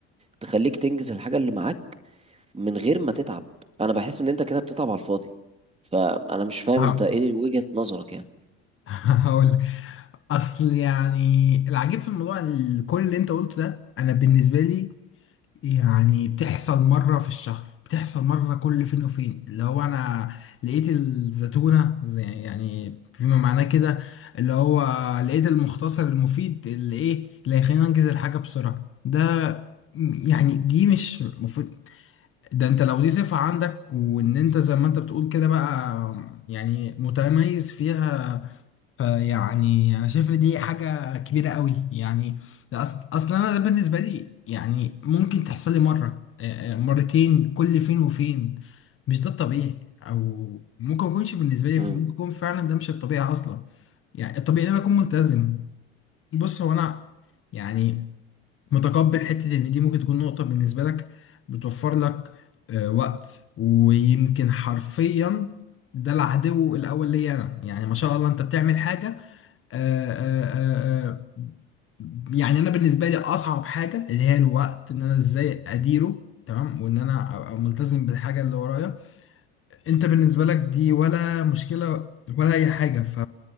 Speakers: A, on the right (about 20°); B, on the left (about 45°).
A: تخليك تنجز الحاجة اللي معاك من غير ما تتعب انا بحس ان انت كده بتتعب على الفاضي فانا مش فاهم
B: آه.
A: انت ايه وجهة نظرك يعني
B: <laughs> هقول اصل يعني العجيب في الموضوع ال- كل اللي انت قلته ده انا بالنسبه لي يعني بتحصل مره في الشهر بتحصل مره كل فين وفين اللي هو انا لقيت الزيتونه زي يعني فيما معناه كده اللي هو لقيت المختصر المفيد اللي ايه اللي هيخليني انجز الحاجه بسرعه ده يعني دي مش مفروض ده انت لو دي صفة عندك وان انت زي ما انت بتقول كده بقى يعني متميز فيها فيعني انا شايف ان دي حاجه كبيره قوي يعني ده أص- اصلا انا ده بالنسبه لي يعني ممكن تحصل لي مره آه، آه، مرتين كل فين وفين مش ده الطبيعي او ممكن ما يكونش بالنسبه لي
A: مم.
B: ممكن يكون فعلا ده مش الطبيعي اصلا يعني الطبيعي ان انا اكون ملتزم بص هو انا يعني متقبل حته ان دي ممكن تكون نقطه بالنسبه لك بتوفر لك آه، وقت ويمكن حرفيا ده العدو الاول ليا انا يعني ما شاء الله انت بتعمل حاجه آه، آه، آه، آه، يعني انا بالنسبه لي اصعب حاجه اللي هي الوقت ان انا ازاي اديره تمام وان انا ابقى ملتزم بالحاجه اللي ورايا انت بالنسبه لك دي ولا مشكله ولا اي حاجه ف